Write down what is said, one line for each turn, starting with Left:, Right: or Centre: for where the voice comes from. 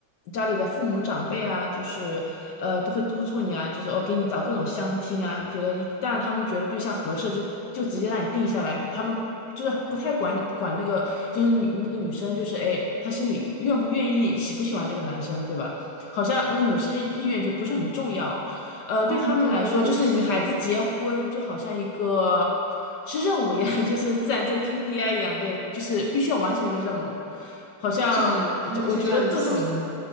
Left: 家里的父母长辈啊，就是呃都会督促你啊，就是哦给你找各种相亲啊，觉得一旦他们觉得对象合适，就就直接让你定下来，他们。就是不太管管那个，就是女那个女生，就是哎，她心里愿不愿意，喜不喜欢这个男生，对吧？好像那个女生意愿就不是很重要。呃，
Right: 嗯，
Left: 对他们来说，
Right: 对对对，
Left: 就是女孩子结婚就好像一个
Right: 是的，
Left: 是任务一样，<laughs> 就是自然界的 KPI 一样，对，就是必须要完成那个任务。好像就我觉得对他们，
Right: 是的，他们是这样子想的。